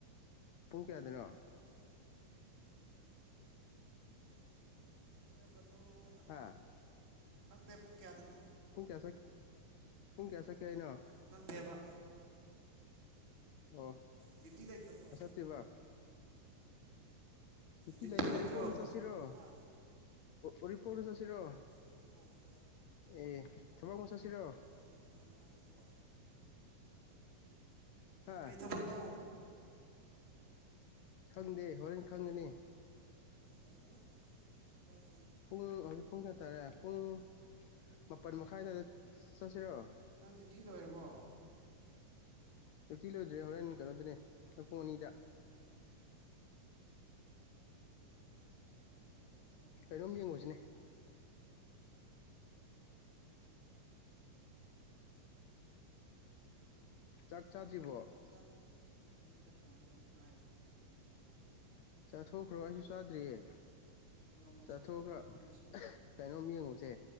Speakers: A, on the left; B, on the right.
A: ꯄꯨꯡ ꯀꯌꯥꯗꯅꯣ
B: ꯈꯪꯗꯦ ꯄꯨꯡꯗꯤ ꯈꯪꯗꯦ ꯊꯕꯛ ꯑꯃꯈꯛꯇꯪꯅꯤꯅ ꯑꯦꯌꯥꯔ ꯕꯠ ꯂꯧꯔꯛꯑꯣꯅ ꯍꯥꯏꯕ
A: ꯍꯥ
B: ꯈꯪꯗꯦ ꯄꯨꯡ ꯀꯌꯥꯗꯅꯣ
A: ꯄꯨꯡ ꯀꯌꯥ ꯆꯠ ꯄꯨꯡ ꯀꯌꯥ ꯆꯠꯀꯦ ꯍꯥꯏꯅꯣ
B: ꯈꯪꯗꯦꯕ
A: ꯑꯣ
B: ꯗꯤꯌ꯭ꯨꯇꯤ ꯂꯩꯇ꯭ꯔꯥꯕꯣ
A: ꯇꯦꯕꯥ ꯗꯤꯌ꯭ꯨꯇꯤ
B: ꯗ꯭ꯌꯨꯇꯤ
A: ꯂꯩ
B: ꯂꯩꯇ꯭ꯔꯣ
A: ꯎꯔꯤꯄꯣꯛꯂꯥ ꯆꯠꯁꯤꯔꯣ
B: ꯍꯥ
A: ꯎꯔꯤꯄꯣꯛꯗ ꯆꯠꯁꯤꯔꯣ
B: ꯎꯔꯤꯄꯣꯛꯇꯥ
A: ꯑꯦ ꯊꯕꯛ ꯑꯃ ꯆꯠꯁꯤꯔꯣ
B: ꯀꯩ ꯊꯕꯛꯅꯣ ꯍꯥꯏꯁꯤꯕꯣ
A: ꯍꯥ
B: ꯀꯩ ꯊꯕꯛꯅꯣ
A: ꯈꯪꯗꯦ ꯍꯣꯔꯦꯟ ꯈꯪꯒꯅꯤ
B: ꯌꯥꯏꯗ ꯀꯩꯁꯨ ꯀꯥꯏꯗꯦ
A: ꯄꯨꯡ ꯍꯧꯖꯤꯛ ꯄꯨꯡ ꯀꯌꯥ ꯇꯥꯔꯦ ꯄꯨꯡ ꯃꯥꯄꯜ ꯃꯈꯥꯏ ꯑꯗꯥꯏꯗ ꯆꯠꯁꯤꯔꯣ
B: ꯅꯪ ꯗꯤꯌ꯭ꯨꯇꯤ ꯂꯣꯏꯔꯥꯕꯣ
A: ꯗꯤꯌ꯭ꯨꯇꯤ ꯂꯣꯏꯗ꯭ꯔꯤ ꯍꯣꯔꯦꯟ ꯀꯩꯅꯣꯗꯅꯦ ꯄꯨꯡ ꯑꯅꯤꯗꯥ
B: ꯎꯝ ꯌꯥꯏ ꯀꯩꯁꯨ ꯀꯥꯏꯗꯦ ꯀꯔꯤ ꯊꯕꯛꯅꯣ
A: ꯀꯩꯅꯣꯝ ꯌꯦꯡꯉꯨꯁꯤꯅꯦ
B: ꯑꯥ
A: ꯆꯥꯛ ꯆꯥꯗ꯭ꯔꯤꯕꯣ
B: ꯆꯥꯗ꯭ꯔꯤ ꯍꯧꯖꯤꯛꯇꯥ ꯊꯣꯡꯗꯥ ꯑꯗꯨꯝ ꯉꯥꯏꯔꯦ ꯊꯣꯡ ꯂꯣꯏꯔꯦ ꯑꯗꯨꯝ ꯉꯥꯏꯔꯦ
A: ꯆꯥꯊꯣꯛꯈ꯭ꯔꯣ ꯑꯩꯁꯨ ꯆꯥꯗ꯭ꯔꯤꯌꯦ
B: ꯏꯔꯣꯝꯕ
A: ꯆꯥꯊꯣꯛꯑꯥꯒ
B: ꯏꯔꯣꯝꯕ ꯁꯦꯝꯗꯣꯏꯅꯤ
A: ꯀꯩꯅꯣꯝ ꯌꯦꯡꯉꯨꯁꯦ